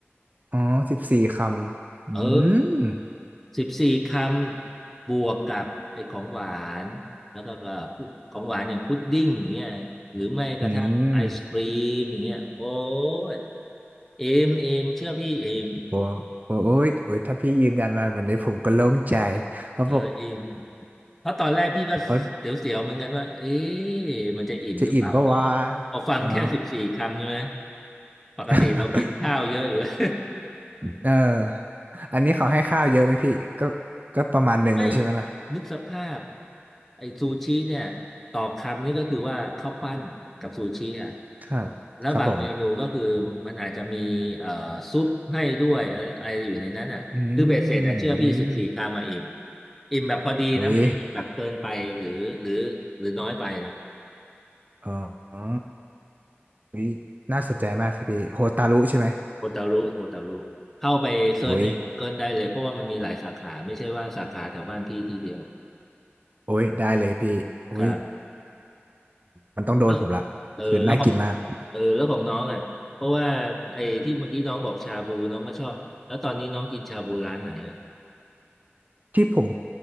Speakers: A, on the right; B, in the centre.
A: อ๋อสิบสี่คำอื
B: เออ
A: ม
B: สิบสี่คำบวกกับไอ้ของหวานแล้วก็กับของหวานอย่างพุดดิ้งอย่างเงี้ยหรือไม่กระทั่งไอศกรีมอย่างเงี้ยโอ้
A: อืม
B: ยเอมเอมเชื่อพี่เอม
A: โอ้โอ้โอ้ยโอ้ยถ้าพี่ยืนยันมาแบบนี้ผมก็โล่งใจ เพราะบอก
B: เออเอม เพราะตอนแรกพี่ก็เสียวๆเหมือนกันว่าเอ๊ะ
A: เพราะ
B: มันจะอิ่มหรือเปล่าเนาะ
A: จะอิ่มปะวะ
B: พอฟังแค่สิบสี่คำใช่ไหม
A: อ๋อ
B: <laughs> ปกติเรากินข้าวเยอะอยู่แล้ว
A: <laughs> เออ อันนี้เขาให้ข้าวเยอะไหมพี่ก็ก็ประมาณหนึ่งเลยใช่ไหมล่ะ
B: <laughs> ไม่นึกสภาพไอ้ซูชิเนี่ยต่อคำนี่ก็คือว่าข้าวปั้นกับซูชิอ่ะ
A: ครับ
B: แล้วบางเมนูก็คือมันอาจจะมีเอ่อซุปให้ด้วยอะไรอะไรอยู่ในนั้นอ่ะคือเบ็ดเสร็จอ่ะเชื่อพี่สิบสี่คำมาอิ่ม
A: ครับผมอืมอืม
B: อิ่มแบบพอดีนะไม่ใช่แบบเกินไปหรือหรือหรือน้อยไปนะ
A: อุ้ยอ๋ออ๋ออุ้ย น่าสนใจมากครับพี่โฮตารุใช่ไหม
B: โอตารุโอตารุเข้าไปเซิร์ชใน
A: อุ้ย
B: Google ได้เลยเพราะว่ามันมีหลายสาขาไม่ใช่ว่าสาขาแถวบ้านพี่ที่เดียว
A: โอ้ยได้เลยพี่อุ้ย
B: ครับ
A: มันต้องโดนผมละคือน่ากินมาก
B: แล้วเออแล้วของเออแล้วของน้องอ่ะเพราะว่าไอ้ที่เมื่อกี้น้องบอกชาบูน้องก็ชอบแล้วตอนนี้น้องกินชาบูร้านไหนอ่ะ
A: ที่ผม